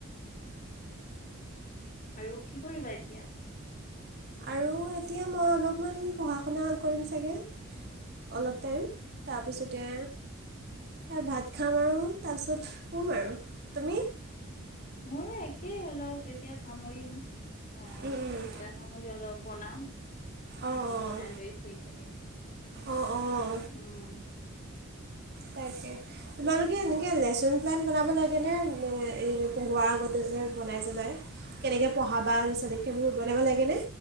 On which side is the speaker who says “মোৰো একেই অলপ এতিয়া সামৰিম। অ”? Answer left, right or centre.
Left